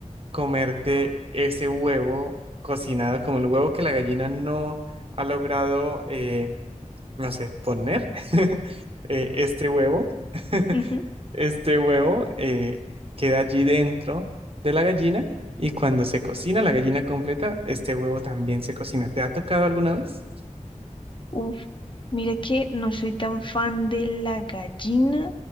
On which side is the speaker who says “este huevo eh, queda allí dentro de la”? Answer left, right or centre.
Right